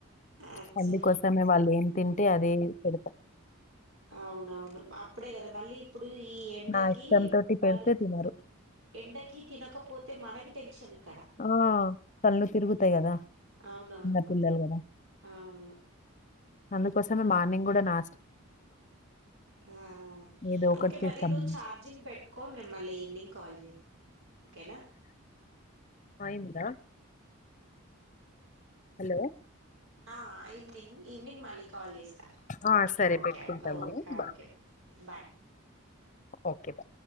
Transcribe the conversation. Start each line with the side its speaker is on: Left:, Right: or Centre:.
Right: అచ్చా
Left: తల్లి కోసమే వాళ్ళు ఏం తింటే అదే పెడతా
Right: అవునవును అప్పుడే కదా మళ్ళీ ఇప్పుడ్ డు ఈ ఎండకి
Left: నా ఇష్టంతోటి
Right: వాళ్ళు
Left: పెడితే తినరు.
Right: ఎండకి తినకపోతే మనకి టెన్షన్క్
Left: ఆ కళ్ళు తిరుగుతాయి కదా
Right: అవునవును
Left: చిన్న పిల్లలు కాదా
Right: అవును
Left: అందుక వస్త స మనింగ్ కూడా నా
Right: ఆ
Left: ఏదో ఒకటి
Right: ఓకే
Left: చేస్తామని.
Right: మరి నువ్వు ఛార్జింగ్ పెట్టుకో మిమళ్ళీ ఈవినింగ్ కాల్ చే ఓకేనా
Left: అయిందా హలో
Right: ఆ ఈవనింగ్ ఈవనింగ్ మాలిక్ కాల్ చేస్తా
Left: ఆ! సరే
Right: ఓకే
Left: ఆ! పెట్టుకుంటాము.
Right: అండి Okay
Left: bye.
Right: Okay bye
Left: okay బా